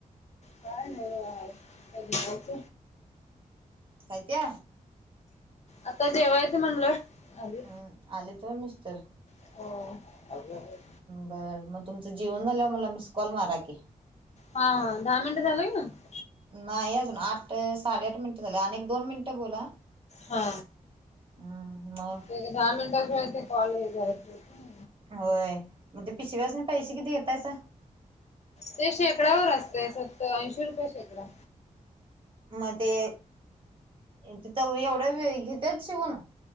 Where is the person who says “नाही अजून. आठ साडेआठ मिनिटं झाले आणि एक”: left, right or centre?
Right